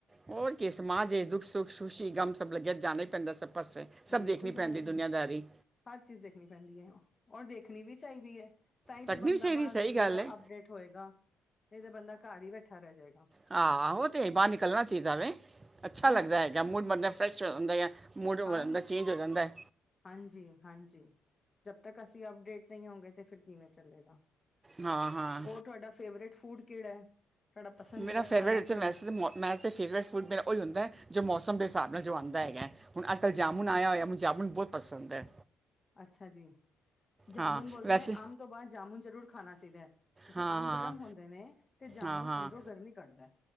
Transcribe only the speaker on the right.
ਹੋਰ ਕਿ ਸਮਾਜ ਦੇ ਦੁੱਖ ਸੁੱਖ ਸੁੁਸ਼ੀ ਗਮ ਸਭ ਲੱਗਿਆ ਜਾਣਾ ਹੀ ਪੈਂਦਾ ਸਬ ਪਾਸੇ ਸਭ
ਦੇਖਣੀ
ਪੈਂਦੀ
ਦੁਨੀਆਂਦਾਰੀ
ਤੱਕਣੀ
ਵੀ ਚਾਹੀਦੀ
ਸਹੀ ਗੱਲ ਹੈ
ਹਾ ਉਹ ਤੇ ਹੈ ਬਾਹਰ ਨਿਕਲਣਾ ਚਾਹੀਦਾ ਵ ਅੱਛਾ
ਲੱਗਦਾ ਹੈਗਾ ਮੂਡ ਮਾੜਾ ਜਾ ਫਰੈਸ਼ ਹੁੰਦਾ ਆ <unintelligible> ਮੂਡ ਹੋ
ਜਾਂਦਾ ਚੇਂਜ ਹੋ ਜਾਂਦਾ ਐ
ਹਾਂ ਹਾਂ
ਮੇਰਾ ਫੇਵਰੇਟ
ਤੇ
ਵੈਸੇ
ਮੈਂ <unintelligible> ਤੇ ਫੇਵਰੇਟ ਫੂਡ ਮੇਰਾ ਉਹੀ ਹੁੰਦਾ ਐ ਜੋ ਮੌਸਮ ਦੇ ਹਿਸਾਬ ਨਾਲ ਜੋ ਆਉਂਦਾ ਹੈਗਾ ਹੁਣ ਅੱਜ ਕੱਲ ਜਾਮੁਣ
ਆਇਆ ਹੋਇਆ ਮਨੂੰ <unintelligible> ਜਾਮੁਣ ਬਹੁਤ ਪਸੰਦ ਐ
ਹਾਂ
ਵੈਸੇ
ਹਾਂ
ਹਾਂ
ਹਾਂ ਹਾਂ